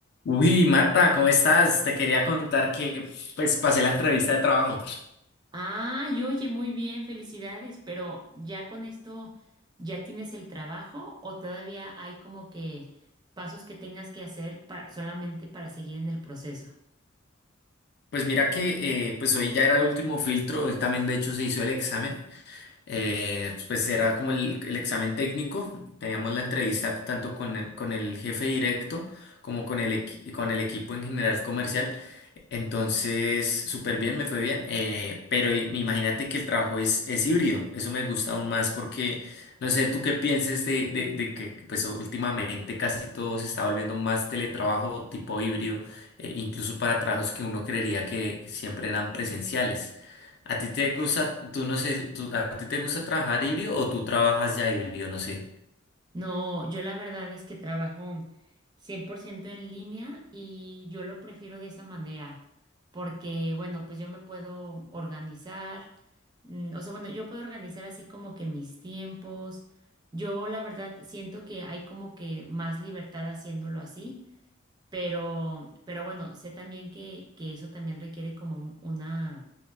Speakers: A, on the left; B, on the right.
A: Uy, Marta, ¿cómo estás? Te quería contar que pues pasé la entrevista de trabajo.
B: Ay, oye, muy bien, felicidades, pero ya con esto, ¿ya tienes el trabajo o todavía hay como que pasos que tengas que hacer pa- solamente para seguir en el proceso?
A: Pues mira que eh, pues hoy ya era el último filtro, hoy también de hecho se hizo el examen. Eh, pues era como el, el examen técnico. Teníamos la entrevista tanto con el, con el jefe directo como con el, equi- con el equipo en general comercial. Entonces, súper bien, me fue bien. eh, pero i- imagínate que el trabajo es, es híbrido. Eso me gusta aún más porque no sé tú qué pienses de, de, de que pues últimamente casi todo se está volviendo más teletrabajo tipo híbrido, eh, incluso para trabajos que uno creería que siempre eran presenciales. ¿A ti te gusta, tú no sé, tú- a ti te gusta trabajar híbrido o tú trabajas ya híbrido? No sé.
B: No, yo la verdad es que trabajo 100% en línea y yo lo prefiero de esa manera, porque bueno, pues yo me puedo organizar, mm, o sea, bueno, yo puedo organizar así como que mis tiempos. Yo la verdad siento que hay como que más libertad haciéndolo así Pero, pero bueno, sé también que, que eso también requiere como una,